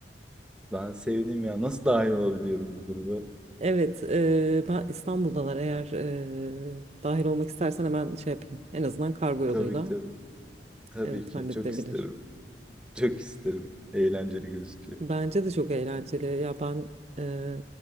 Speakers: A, in the centre; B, on the right (about 35°).
A: Ben sevdim ya. Nasıl dahil olabiliyorum bu gruba?
B: Evet, e, ben İstanbul'dalar. Eğer e, dahil olmak istersen hemen şey yapayım. En azından kargo yoluyla.
A: Tabii ki tabii. Tabii
B: Evet,
A: ki.
B: halledilebilir.
A: Çok isterim. Çok isterim. Eğlenceli gözüküyor. <laughs>
B: Bence de çok eğlenceli. Ya ben e,